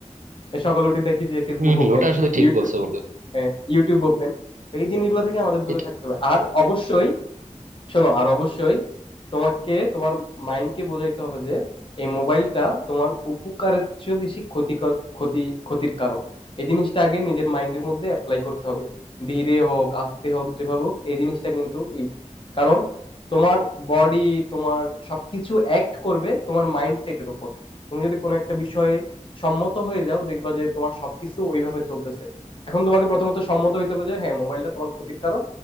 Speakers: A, on the left; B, on the right.
A: এ সকালে উঠে দেখি যে Facebook
B: হম হম
A: open
B: ওটা আসলে ঠিক
A: YouTube
B: বলছো বন্ধু
A: YouTube open তো এই জিনিসগুলো থেকে আমাদের দূরে
B: এটা
A: থাকতে হবে আর অবশ্যই শোনো আর অবশ্যই তোমাকে তোমার মাইন্ডকে বোঝাইতে হবে যে এই মোবাইলটা তোমার উপকারের চেয়ে বেশি ক্ষতি ক্ষতি ক্ষতির কারণ এই জিনিসটা আগে নিজের মাইন্ডের মধ্যে অ্যাপ্লাই করতে হবে ধীরে হোক আস্তে হোক যেভাবে হোক এই জিনিসটা কিন্তু ই। কারণ তোমার বডি তোমার সবকিছু অ্যাক্ট করবে তোমার মাইন্ডসেটের উপর তুমি যদি কোনো একটা বিষয়ে সম্মত হয়ে যাও দেখবা যে তোমার সবকিছু ওইভাবে চলতেছে এখন তোমাকে প্রথমত সম্মত হইতে হবে যে হ্যাঁ মোবাইলটা তোমার ক্ষতির কারণ